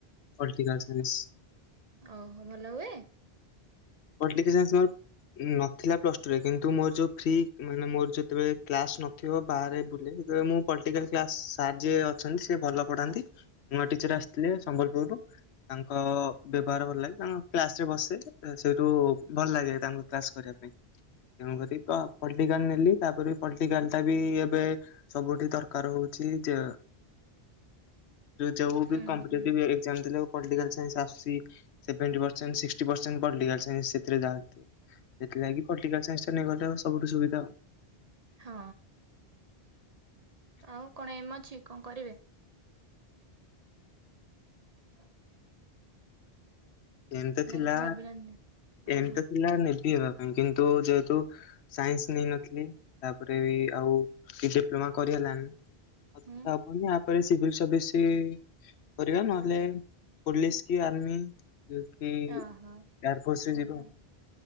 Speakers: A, on the left; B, on the right.
A: ପଲ୍ଟିକାଲ୍ ସାଇନ୍ସ୍
B: ଓହୋ ଭଲ ହୁଏ?
A: ପଲ୍ଟିକା ସାଇନ୍ସ୍ ମୋର୍ ନଥିଲା ପ୍ଲସ୍ ଟୁରେ କିନ୍ତୁ ମୋର୍ ଯୋଉ ଫ୍ରି ମାନେ ମୋର ଯେତବଳେ କ୍ଲାସ ନ ଥିବ ବାହାରେ ବୁଲେ <unintelligible> ମୁଁ ପାଲ୍ଟିକାଲ୍ କ୍ଲାସ୍ ସାର୍ ଯିଏ ଅଛନ୍ତି ସିଏ ଭଲ ପଢାନ୍ତି। ନୂଆ ଟିଚର ଆସିଥିଲେ ସମ୍ବଲପୁରରୁୁ ତାଙ୍କ ବ୍ୟବହାର ଭଲ ଲାଗେ, ତାଙ୍କ କ୍ଲାସରେ ବସେ, ସେଇଠୁ ଭଲ ଲାଗେ ତାଙ୍କ କ୍ଲାସ ପାଇଁ ତେଣୁକରି ତ ପଲଟିକାଲ ନେଲି ତାପରେ ପଲଟିକାଲ ତଥାପି ଏବେ ସବୁଠି ଦରକାର ହଉଛି ଯେ ଯୋଉ
B: ହୁଁ
A: କମ୍ପିଟେଟିଭ
B: ହୁଁ।
A: ଏକ୍ସାମ ଦେଲେ ପଲଟିକାଲ ସାଇନ୍ସ ଆସୁଛି। Seventy percent sixty percent political science ସେଥିରେ ଯାହା ହେଲେ ଥିବ। ସେଥିଲାଗି ପଲଟିକାଲ ସାଇନ୍ସଟା ନେଇଗଲେ ସବୁଠୁ ସୁବିଧା ଆଉ।
B: ହଁ ଆଉ କଣ ଏମ ଅଛି କଣ କରିବେ? <inaudible>
A: ଏମିତି
B: ନା
A: ଥିଲା
B: କିଛି ଭାବିନାହାନ୍ତି?
A: ଏମିତି
B: ଓହୋ
A: ଥିଲା ନେବି ହେବା ପାଇଁ କିନ୍ତୁ ଯେହେତୁ ସାଇନ୍ସ ନେଇନଥିଲି ତାପରେ ବି ଆଉ କିଛି ଡିପ୍ଲୋମା କରି ହେଲାନି କଥା
B: ହୁଁ
A: ହବୁନି ଆଉ। ସିଭିଲ ସର୍ଭିସ୍ କରିବା ନହେଲେ ପୋଲିସ କି ଆର୍ମି କି
B: ଅହୋ
A: ଏୟାରଫୋର୍ସ
B: ହ
A: ରେ ଯିବ
B: ହ